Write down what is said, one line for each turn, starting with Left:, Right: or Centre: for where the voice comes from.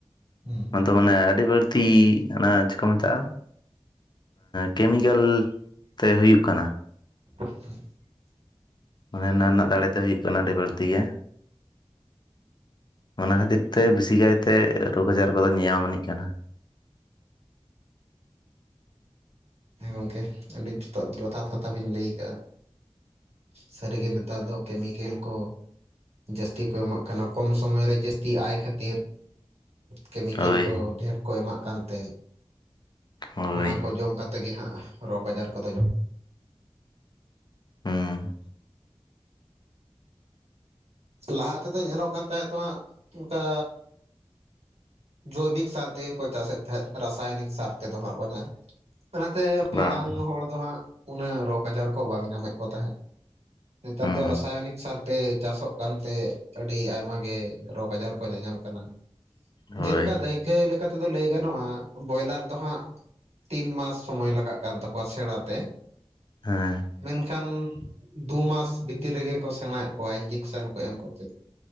Right: ᱦᱩᱸ
Left: ᱚᱱᱟ ᱫᱚ ᱢᱟᱱᱮ ᱟᱹᱰᱤ ᱵᱟᱹᱲᱛᱤ ᱚᱱᱟ ᱪᱮᱫ ᱠᱚ ᱢᱮᱛᱟᱜᱼᱟ ᱠᱮᱢᱤᱠᱮᱞ ᱛᱮ ᱦᱩᱭᱩᱜ ᱠᱟᱱᱟ
Right: <inaudible>
Left: ᱢᱟᱱᱮ ᱚᱱᱟ ᱨᱮᱱᱟᱜ ᱫᱟᱲᱮ ᱛᱮ ᱦᱩᱭᱩᱜ ᱠᱟᱱᱟ ᱟᱹᱰᱤ ᱵᱟᱹᱲᱛᱤ ᱜᱮ ᱚᱱᱟ ᱠᱷᱟᱹᱛᱤᱨ ᱛᱮ ᱵᱮᱥᱤ ᱠᱟᱭ ᱛᱮ ᱨᱳᱜᱽ ᱟᱡᱟᱨ ᱠᱚᱫᱚ ᱧᱮᱧᱟᱢ ᱟᱹᱱᱤᱡ ᱠᱟᱱᱟ
Right: ᱦᱮᱸ ᱜᱚᱝᱠᱮ ᱟᱹᱰᱤ ᱡᱚᱛᱷᱟ ᱡᱚᱛᱷᱟᱛ ᱠᱟᱛᱷᱟ ᱵᱤᱱ ᱞᱟᱹᱭ ᱠᱟᱜᱼᱟ ᱥᱟᱹᱨᱤ ᱜᱮ ᱱᱮᱛᱟᱨ ᱫᱚ ᱠᱮᱢᱤᱠᱮᱞ ᱠᱚ ᱡᱟᱹᱥᱛᱤ ᱠᱚ ᱮᱢᱟᱜ ᱠᱟᱱᱟ ᱠᱚᱢ ᱥᱚᱢᱚᱭ ᱨᱮ ᱡᱟᱹᱥᱛᱤ ᱟᱭ ᱠᱷᱟᱹᱛᱤᱨ ᱠᱮᱢᱤᱠᱮᱞ
Left: ᱦᱳᱭ
Right: ᱠᱚ ᱰᱷᱮᱨ ᱠᱚ ᱮᱢᱟᱜ ᱠᱟᱱ ᱛᱮ
Left: ᱦᱳᱭ
Right: ᱚᱱᱟ ᱠᱚ ᱡᱚᱢ ᱠᱟᱛᱮ ᱛᱮᱜᱮ ᱦᱟᱸᱜ ᱨᱳᱜᱽ ᱟᱡᱟᱨ ᱠᱚᱫᱚ
Left: ᱦᱩᱸ
Right: ᱞᱟᱦᱟ ᱛᱮᱫᱚ ᱧᱮᱞᱚᱜ ᱠᱟᱱ ᱛᱟᱦᱮᱸᱫ ᱛᱚ ᱦᱟᱸᱜ ᱚᱱᱠᱟ ᱡᱳᱭᱵᱤᱠ ᱥᱟᱨ ᱛᱮᱜᱮ ᱠᱚ ᱪᱟᱥᱮᱫ ᱛᱟᱦᱮᱸ ᱨᱟᱥᱟᱭᱚᱱᱤᱠ ᱥᱟᱨ ᱛᱮᱫᱚ ᱦᱟᱸᱜ ᱵᱟᱝᱼᱟ ᱚᱱᱟ ᱛᱮ
Left: ᱵᱟᱝ
Right: ᱢᱟᱲᱟᱝ ᱦᱚᱲ ᱫᱚ ᱦᱟᱸᱜ ᱩᱱᱟᱹᱜ ᱨᱳᱜᱽ ᱟᱡᱟᱨ ᱠᱚ ᱵᱟᱝ ᱧᱟᱢᱮᱫ ᱠᱚ ᱛᱟᱦᱮᱸᱫ ᱱᱮᱛᱟᱨ
Left: ᱦᱩᱸ
Right: ᱫᱚ ᱨᱟᱥᱟᱭᱚᱱᱤᱠ ᱥᱟᱨ ᱛᱮ ᱪᱟᱥᱚᱜ ᱠᱟᱱ ᱛᱮ ᱟᱹᱰᱤ ᱟᱭᱢᱟ ᱜᱮ ᱨᱳᱜᱽ ᱟᱡᱟᱨ ᱠᱚ ᱧᱟᱧᱟᱢ ᱠᱟᱱᱟ
Left: ᱦᱳᱭ
Right: ᱡᱮᱞᱮᱠᱟ ᱫᱟᱹᱭᱠᱟᱹ ᱞᱮᱠᱟ ᱛᱮᱫᱚ ᱞᱟᱹᱭ ᱜᱟᱱᱚᱜᱼᱟ ᱵᱚᱭᱞᱟᱨ ᱫᱚ ᱦᱟᱸᱜ ᱛᱤᱱ ᱢᱟᱥ ᱥᱚᱢᱚᱭ ᱞᱟᱜᱟᱜ ᱠᱟᱱ ᱛᱟᱠᱚᱣᱟ ᱥᱮᱬᱟ ᱛᱮ
Left: ᱦᱮᱸ
Right: ᱢᱮᱱ ᱠᱷᱟᱱ ᱫᱩ ᱢᱟᱥ ᱵᱷᱤᱛᱤᱨ ᱨᱮᱜᱮ ᱠᱚ ᱥᱮᱬᱟᱭᱮᱫ ᱠᱚᱣᱟ ᱤᱧᱡᱮᱠᱥᱮᱱ ᱠᱚ ᱮᱢ ᱠᱟᱛᱮᱫ ᱾